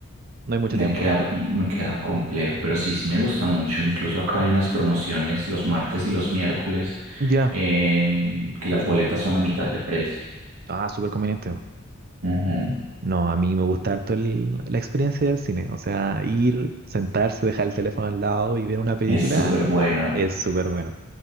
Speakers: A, on the right; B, on the right.
A: no hay mucho
B: me
A: tiempo.
B: queda, me queda complejo, pero sí, sí me gusta mucho. Incluso acá hay unas promociones los martes y los miércoles
A: Ya.
B: en que las boletas son a mitad de precio.
A: Ah, súper conveniente.
B: Ujú.
A: No, a mí me gusta harto el- la experiencia del cine. O sea, ir, sentarse, dejar el teléfono al lado y ver una película
B: Es súper buena.
A: es súper bueno.